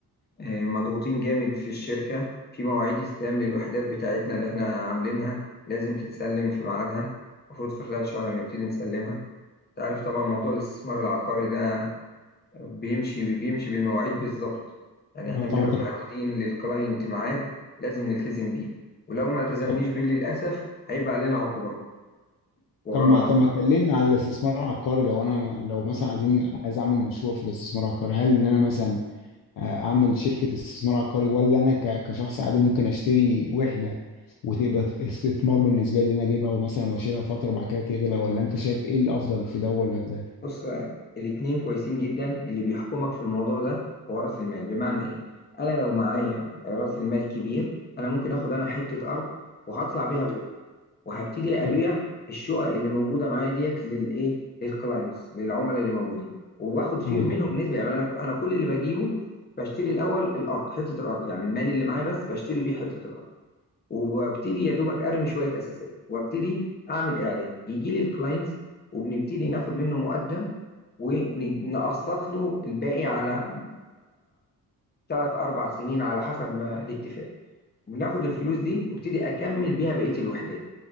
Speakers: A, on the left; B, on the left.
A: آه، مضغوطين جامد في الشركه في مواعيد استلام للوحدات بتاعتنا اللي احنا عاملينها لازم تتسلم في ميعادها المفروض في خلال شهر نبتدي نسلمها انت عارف طبعا موضوع الاستثمار العقاري ده بيمشي بيمشي بالمواعيد بالظبط يعني احنا
B: اه طبعا
A: بنبقى
B: طب
A: محددين للكلاينت ميعاد لازم نلتزم بيه ولو ما التزمنيش
B: طب
A: بيه للأسف هيبقى علينا عقوبة وغرامات
B: طب ما طب ما اتكلمنا على الاستثمار العقاري لو انا لو مثلا عايزين عايز اعمل مشروع في الاستثمار العقاري هل ان انا مثلا آه، اعمل شركه استثمار عقاري ولا انا ك- كشخص عادي ممكن اشتري وحده وتبقى استثمار بالنسبه لي ان انا اجيبها ومثلا واشيلها فتره وبعد كده تغلى ولا انت شايف ايه الافضل في ده ولا في ده؟
A: بص الاتنين كويسين جدا اللي بيحكمك في الموضوع ده هو رأس المال بمعنى ايه انا لو معايا رأس المال كبير انا ممكن اخد انا حتة ارض وهطلع بيها برج وهبتدي
B: طب-
A: ابيع الشقق اللي موجودة معايا ديت للايه للكلاينتس للعملاء اللي موجودين وباخد فيهم
B: أيوه
A: منهم نسبة يعني انا انا كل اللي بجيبه بشتري الاول الارض حتة الارض يعني المال اللي معايا بس بشتري بيه حتة الارض وببتدي يا دوبك ارمي شويه اساسات وابتدي اعمل اعلان يجي لي الكلاينتس وبنبتدي ناخد منه مقدم ونقسط له الباقي على ثلاث اربع سنين على حسب ما الاتفاق بناخد الفلوس دي وابتدي اكمل بيها بقيه الوحدات